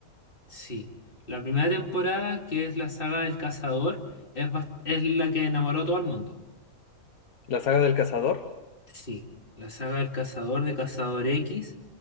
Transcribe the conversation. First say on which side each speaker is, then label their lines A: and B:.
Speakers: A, on the left (about 35°); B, on the left (about 75°).
A: sí. La primera temporada, que es la saga del cazador, es, bast- es la que enamoró a todo el mundo.
B: la saga del cazador.
A: Sí, la saga del cazador de Cazador X.